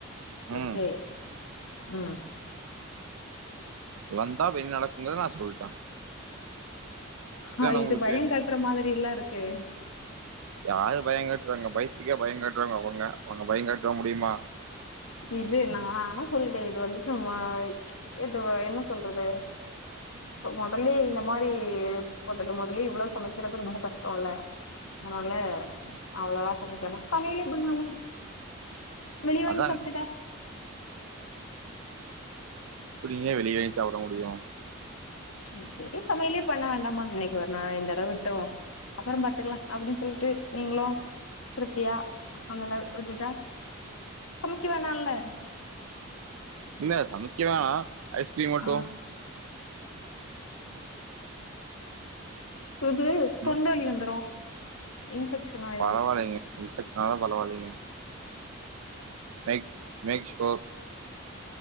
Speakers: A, on the left (about 80°); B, on the right (about 85°).
A: ஓகே
B: ம்
A: ம்
B: வந்தா என்ன நடக்குங்கத நான் சொல்ட
A: ஆ இது
B: உங்களுக்கு
A: பயம் காட்டுற மாதிரி எல்லே இருக்கு
B: யாரு பயம் கட்டுறாங்க பயத்துக்கே பயம் கட்டுறவாங்க அவங்க அவங்க பயம் காட்டவா முடியுமா
A: இது நானா
B: ம்
A: சொல்லிட்டேன் இது வந்துட்டு நம்ம எதுவ என்ன சொல்றது சோ முதலே இந்த மாதிரி முதல்ல முதலே இவ்ளோ சமைக்கிறது ரொம்ப கஷ்டம் இல்ல அதனால அவ்ளவா சமைக்காம சமையலே பண்ணாம வெளிய வாங்கி
B: அதாங்க
A: சாப்டுட்டா
B: எப்டிங்க வெளிய வாங்கி சாப்ட முடியு
A: ம் செரி சமையலே பண்ண வேண்டாம்மா இன்னக்கி ஒரு நாள் இந்தடவை விட்ருவோ அப்பறோ பாத்துக்கலா அப்டின்னு சொல்லிட்டு நீங்களு திருப்தியா அவுங்கள விட்டுட்டா சமைக்க வேணால்ல
B: இல்ல சமைக்க வேணா ஐஸ் க்ரீம் மட்டு
A: ஆ இது தொண்ட
B: ம்
A: வலி வந்துரு இன்ஃபெக்ஷன் ஆய்
B: பரவாயில்லைங்க இன்பெக்ஷன் ஆனாலு பரவாயில்லைங்க மேக் மேக் ஷ்யூர்